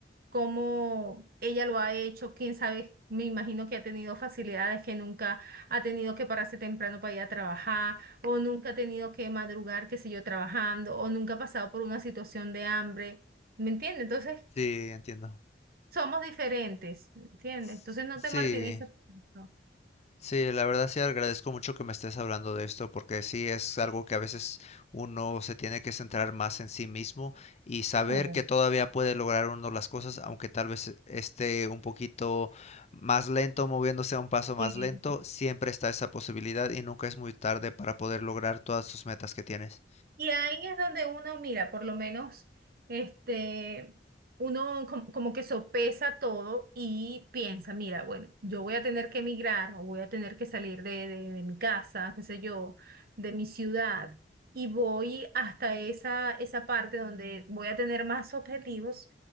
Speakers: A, on the right; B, on the left.
A: cómo ella lo ha hecho, quién sabe, me imagino que ha tenido facilidades que nunca ha tenido que pararse temprano para ir a trabajar, o nunca ha tenido que madrugar, qué sé yo, trabajando, o nunca ha pasado por una situación de hambre, ¿me entiendes? Entonces,
B: sí, entiendo.
A: somos diferentes, ¿me ¿entiendes?
B: S-
A: Entonces, no
B: Sí.
A: te martirices por eso.
B: Sí, la verdad sí agradezco mucho que me estés hablando de esto porque sí es algo que a veces uno se tiene que centrar más en sí mismo y saber
A: No,
B: que todavía puede lograr uno las cosas, aunque tal vez esté un poquito más lento, moviéndose a un paso más
A: sí.
B: lento, siempre está esa posibilidad y nunca es muy tarde para poder lograr todas sus metas que tienes.
A: Y ahí es donde uno, mira, por lo menos, este, uno com- como que sopesa todo y piensa, mira, bueno, yo voy a tener que emigrar o voy a tener que salir de, de, de mi casa, qué sé yo, de mi ciudad, y voy hasta esa, esa parte donde voy a tener más objetivos